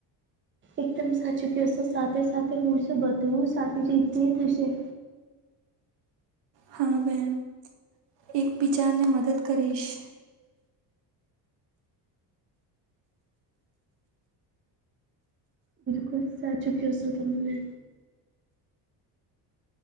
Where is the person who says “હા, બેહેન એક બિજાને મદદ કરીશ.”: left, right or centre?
Right